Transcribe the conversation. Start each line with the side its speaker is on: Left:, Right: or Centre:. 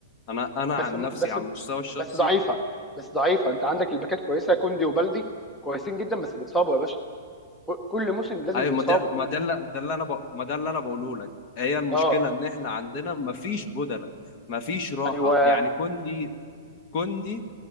Left: انا انا
Centre: بس
Left: عن
Centre: بس
Left: نفسي على المستوى الشخصي
Centre: بس ضعيفه بس ضعيفه انت عندك الباكات كويسه كوندي وبلدي كويسين جدا بس بيتصابوا يا باشا ك- كل موسم لازم
Left: ايوه
Centre: بيتصابوا
Left: ما ده ما
Centre: كل
Left: ده اللي ده اللي انا بق- ما ده اللي انا بقوله لك هي المشكله
Centre: اه
Left: ان احنا عندنا ما فيش بدله ما فيش راحه
Centre: ايوه
Left: يعني كوندي كوندي